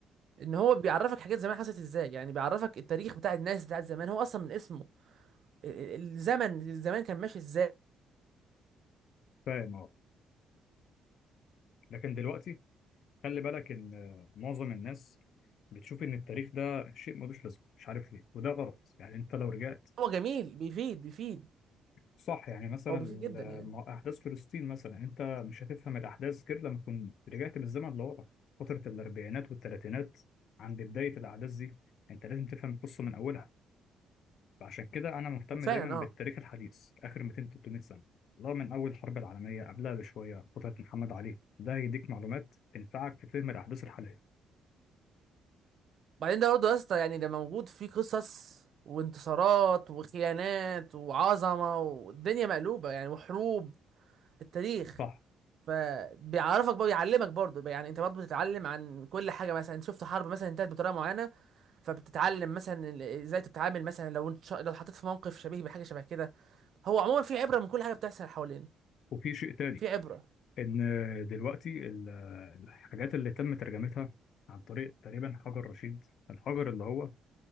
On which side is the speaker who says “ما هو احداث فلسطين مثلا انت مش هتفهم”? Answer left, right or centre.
Left